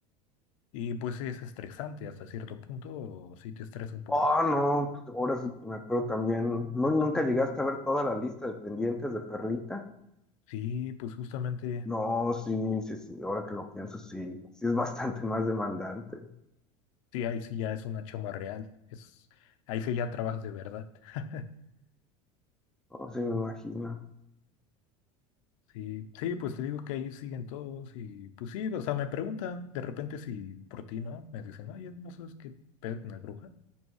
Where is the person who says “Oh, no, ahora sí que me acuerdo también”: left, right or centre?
Centre